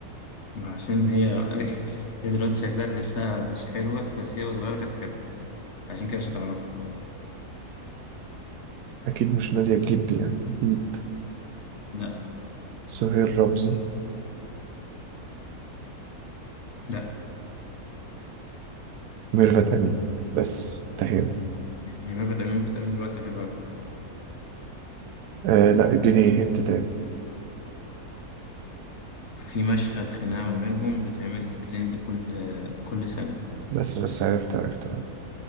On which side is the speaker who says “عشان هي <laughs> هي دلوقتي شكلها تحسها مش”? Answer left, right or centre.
Left